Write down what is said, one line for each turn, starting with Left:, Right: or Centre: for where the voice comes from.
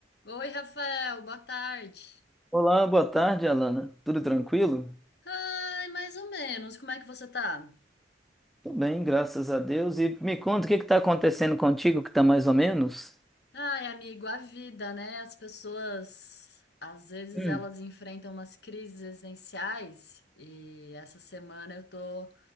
Left: Oi, Rafael, boa tarde.
Centre: Olá, boa tarde, Alana. Tudo tranquilo?
Left: Ai, mais ou menos. Como é que você tá?
Centre: Tô bem, graças a Deus. E me conta o que está acontecendo contigo, que tá mais ou menos?
Left: Ai, amigo, a vida, né? As pessoas, às vezes
Centre: Hum.
Left: elas enfrentam umas crises existenciais e essa semana eu tô